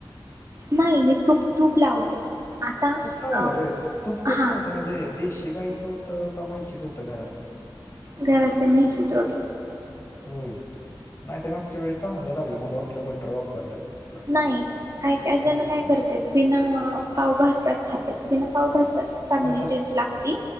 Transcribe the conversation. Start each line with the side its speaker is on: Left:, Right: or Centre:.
Right: नाही मी तुप तूप लावलेलं आता
Left: तूप लावलेल
Right: अ
Left: व्हय तूप कसलं
Right: हा
Left: होतं म्हणजे देशी गाईचं होतं का म्हशीचं होतं घरातल्या?
Right: घरातल्या म्हैंशीच होत.
Left: होय नाहीत मागच्या वेळी चांगलं लागलं मला वाटलं बटर वापरलंय. कुठलं
Right: नाही काय काय जण
Left: नाही
Right: काय
Left: का
Right: करत्यात बिना पाव भाजत्यात खात्यात बिना पाव भाजता चांगली
Left: पण तस
Right: टेस्ट लागती